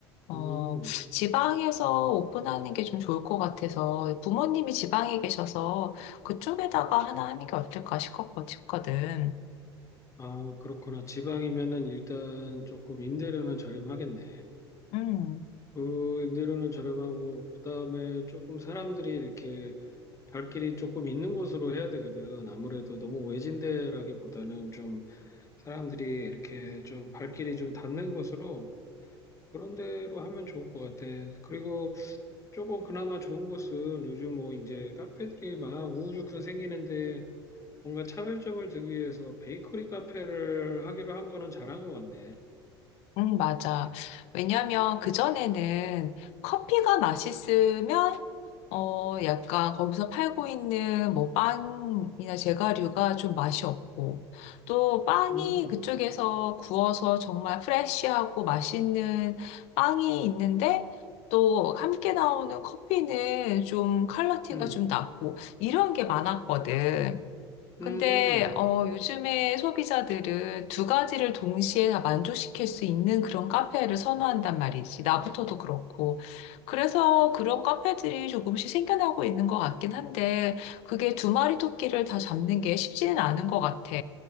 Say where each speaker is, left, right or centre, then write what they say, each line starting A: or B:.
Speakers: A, on the left (about 50°); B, on the left (about 20°).
A: 어,
B: 음.
A: 지방에서 오픈하는 게 좀 좋을 것 같아서 부모님이 지방에 계셔서 그쪽에다가 하나 하는 게 어떨까 싶었거- 싶거든.
B: 아, 그렇구나. 지방이면은 일단 조금 임대료는 저렴하겠네.
A: 음,
B: 그 임대료는 저렴하고 그다음에 조금 사람들이 이렇게 발길이 조금 있는 곳으로 해야 되거든. 아무래도 너무 외진데라기보다는 좀 사람들이 이렇게 좀 발길이 좀 닿는 곳으로 그런 데로 하면 좋을 것 같아. 그리고 조금 그나마 좋은 곳은 요즘 뭐 이제 카페들이 막 우후죽순 생기는데 뭔가 차별점을 두기 위해서 베이커리 카페를 하기로 한 거는 잘한 것 같네.
A: 음, 맞아. 왜냐면 그전에는 커피가 맛있으면 어, 약간 거기서 팔고 있는 뭐 빵이나 제과류가 좀 맛이 없고, 또 빵이
B: 음,
A: 그쪽에서 구워서 정말 프레쉬하고 맛있는 빵이 있는데, 또 함께 나오는 커피는 좀 컬러티가
B: 음,
A: 좀 낮고, 이런 게 많았거든. 근데
B: 음,
A: 어, 요즘에 소비자들은 두 가지를 동시에 다 만족시킬 수 있는 그런 카페를 선호한단 말이지. 나부터도 그렇고. 그래서 그런 카페들이 조금씩 생겨나고 있는 것 같긴 한데, 그게 두 마리 토끼를 다 잡는 게 쉽지는 않은 것 같아.